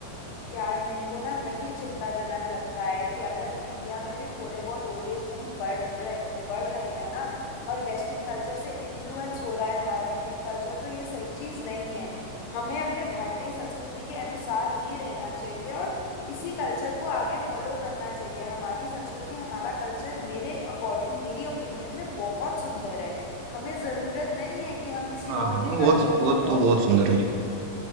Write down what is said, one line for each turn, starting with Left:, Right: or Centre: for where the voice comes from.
Left: यार मेरे को ना वही चिंताजनक लगता है कि अगर इंडिया में भी थोड़े बहुत ओल्ड एज होम्स बढ़ रहे बढ़ रहे हैं ना और वेस्टर्न कल्चर से इन्फ्लुएंस हो रहा है हमारा इंडियन कल्चर तो ये सही चीज़ नहीं है हमें अपने भारतीय संस्कृति के अनुसार ही रहना चाहिए और इसी कल्चर को आगे फॉलो करना चाहिए हमारी संस्कृति हमारा कल्चर मेरे अकॉर्डिंग मेरी ओपिनियन में बहुत सुंदर है हमें ज़रूरत नहीं है कि हम किसी
Right: हाँ
Left: और
Right: हाँ हाँ,
Left: के
Right: वो
Left: कल्चर
Right: तो
Left: को
Right: वो
Left: अडॉप्ट
Right: तो बहुत
Left: करें
Right: सुंदर है